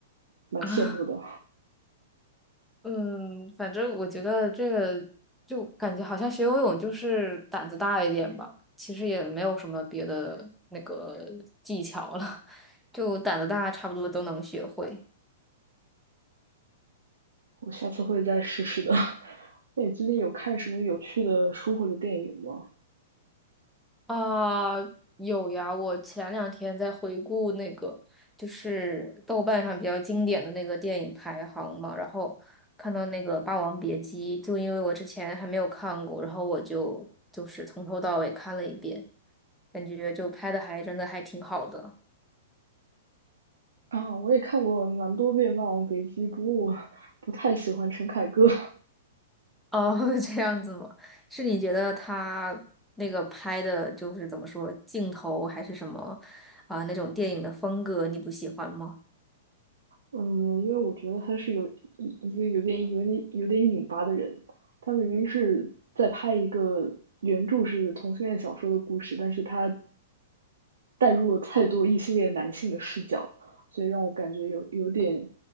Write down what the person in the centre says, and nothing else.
啊。嗯，反正我觉得这个就感觉好像学游泳就是胆子大一点吧，其实也没有什么别的那个技巧了，就胆子大，差不多都能学会。
啊，有呀，我前两天在回顾那个，就是豆瓣上比较经典的那个电影排行嘛，然后看到那个《霸王别姬》，就因为我之前还没有看过，然后我就就是从头到尾看了一遍，感觉就拍的还真的还挺好的。
哦，<laughs> 这样子吗？是你觉得他那个拍的就是怎么说，镜头还是什么啊，那种电影的风格你不喜欢吗？